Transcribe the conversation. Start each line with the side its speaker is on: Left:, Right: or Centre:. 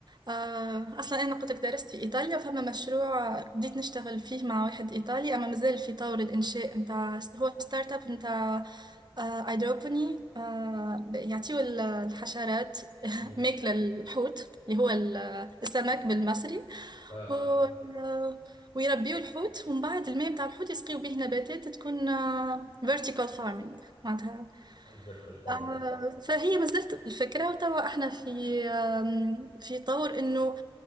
Right: آه، أصلا أنا قلت لك درست في إيطاليا فما مشروع بديت نشتغل فيه مع واحد إيطالي أما مازال في طور الإنشاء متاع هو ستارت أب متاع آه، أيدروبوني آه، يعطيو ال- الحشرات <laughs>
Left: مم.
Right: ماكلة الحوت اللي هو ال- السمك بالمصري
Left: اه
Right: و آه، ويربيو الحوت ومن بعد الماء بتاع الحوت يسقيو به نباتات تكون آه، vertical farming معناتها
Left: الفيرتيكال فارم
Right: آه،
Left: بقى
Right: فهي ما زالت الفكرة وتوا احنا في آم، في طور انه